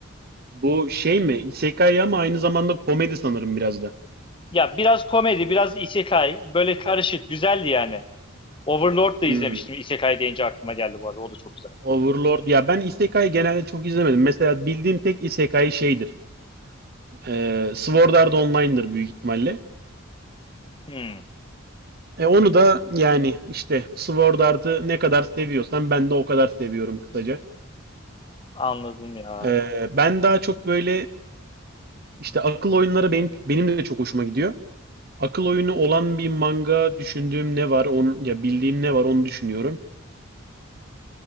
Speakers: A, on the right; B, on the left.
A: Bu şey mi? Isekai ama aynı zamanda komedi sanırım biraz da.
B: Ya biraz komedi, biraz isekai. Böyle karışık. Güzeldi yani. Overlord da
A: Hmm.
B: izlemiştim. Isekai deyince aklıma geldi bu arada. O da çok güzeldi.
A: Overlord. Ya ben Isekai genelde çok izlemedim. Mesela bildiğim tek Isekai şeydir. Ee, Sword Art Online'dır büyük ihtimalle.
B: Hmm,
A: E onu da yani işte Sword Art'ı ne kadar seviyorsan ben de o kadar seviyorum kısaca.
B: anladım ya.
A: Ee, ben daha çok böyle işte akıl oyunları benim, benim de çok hoşuma gidiyor. Akıl oyunu olan bir manga düşündüğüm ne var onu ya bildiğim ne var onu düşünüyorum.